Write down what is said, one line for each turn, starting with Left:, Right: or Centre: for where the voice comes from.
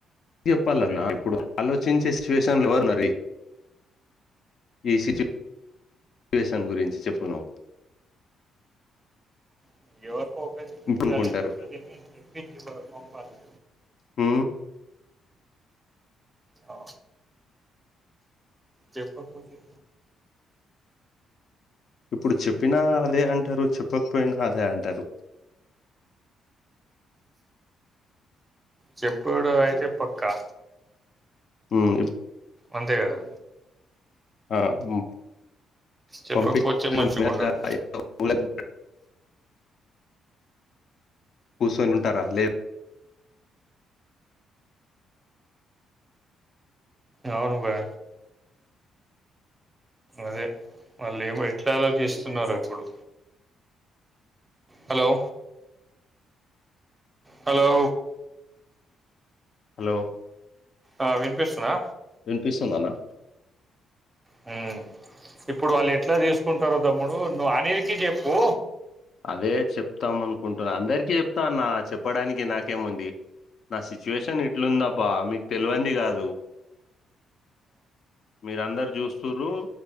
Left: చెప్పాలన్నా ఇప్పుడు ఆలోచించే సిచ్యువేషన్ల ఎవరునరు ఈ ఈ సిచ్యువేషన్ గురించి చెప్పును
Right: నువ్ ఎవరు ఓపెన్ చెప్పాలి
Left: ఇప్పుడు అనుకుంటారు
Right: చెపింది చేపిచ్చి పంపాలి
Left: ఊ
Right: ఆ చెప్పపోతి
Left: ఇప్పుడు చెప్పినా అదే అంటారు చెప్పకపోయినా అదే అంటారు
Right: చెప్పుడు అయితే పక్కా
Left: ఊ ఇప్
Right: అంతే కదా
Left: ఆ గు
Right: చెప్పకపోతే
Left: పంపి <unintelligible>
Right: మంచిగా ఉండదు
Left: చెప్ క్యూసోనిఉంటరా లేదు
Right: అవునుగా అదే వాళ్ళు ఏమో ఎట్లా ఆలోచిస్తున్నారో ఇప్పుడు హలో హలో
Left: హలో
Right: ఆ వినిపిస్తుందా
Left: వినిపిస్తుందవినిపిస్తుందఅన్నా
Right: హ్మ ఇప్పుడు వాళ్ళు ఎట్లా తీసుకుంటారో తమ్ముడు నువ్వు అనిల్కి చెప్పు
Left: అదే చెప్తాం అనుకుంటున్నా అందరికిీ చెప్తా అన్నా చెప్పడానికి నాకేముంది నా సిచ్యువేషన్ ఇట్లుందబ్బా మీకు తెలవంది కాదు మీరఅందరు చూస్తు్రూ